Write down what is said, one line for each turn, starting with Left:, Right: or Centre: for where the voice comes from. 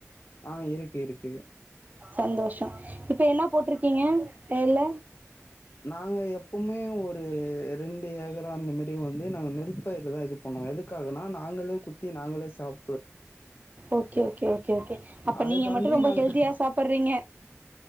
Left: ஆ இருக் இருக்கு
Right: சந்தோஷம் இப்ப என்ன போட்டிருக்கீங்க வயல்ல
Left: நாங்க எப்பமே ஒரு ரெண்டு ஏக்கரா அந்த மாரி வந்து நாங்க நெல் பயிர்லதா இது பண்ணுவோ எதுக்காகனா நாங்களே குத்தி நாங்களே சாப்ட
Right: ஒகே ஒகே ஒகே ஒகே அப்ப
Left: அதுக்காண்டி
Right: நீங்க மட்டும் ரொம்ப
Left: நாங்க
Right: ஹெல்தியா சாப்டுறீங்க